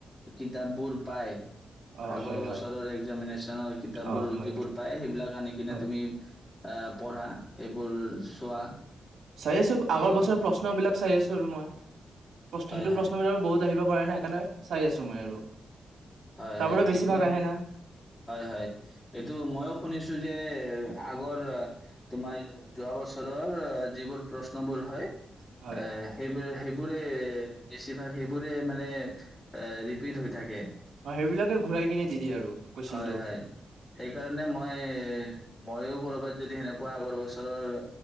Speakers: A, on the left; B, on the right.
A: কিতাপবোৰ পায়
B: অ
A: আগৰ
B: হয়
A: বছৰৰ
B: হয়
A: এক্জামিনেশ্যনৰ কিতাপবোৰ
B: অ হয়
A: যিবোৰ পায় সেইবিলাক আনি কিনে
B: হয়
A: তুমি পঢ়া সেইবোৰ চোৱা
B: চাই আছো আগৰ
A: তো
B: বছৰ প্ৰশ্ন বিলাক চাই আছো আৰু মই প্ৰশ
A: হয়
B: সেইটো
A: হয়
B: প্ৰশ্নিবিলাকত বহুত আহিব পাৰে ন সেইকাৰণে চাই আছো মই আৰু
A: হয়
B: তাৰ
A: হয়
B: পৰা
A: ঠিকেই
B: বেছি ভাগ আহে না
A: হয় হয় এইটো মইয়ো শুনিছো যে আগৰ তোমাৰ যোৱা বছৰৰ যিবোৰ প্ৰশ্নবোৰ হয়
B: হয়
A: এ সেইটোৱে সেই বোৰে বেছিভাগ সেইবোৰে মানে এ ৰিপিট হৈ থাকে
B: অ সেইবিলাকে ঘূৰাই কিনে দি দিয়ে আৰু কুৱেশনটো
A: হয় হয় সেইকাৰণে মই মইয়ো কৰ'বাত যদি সেনেকুৱা আগৰ বছৰৰ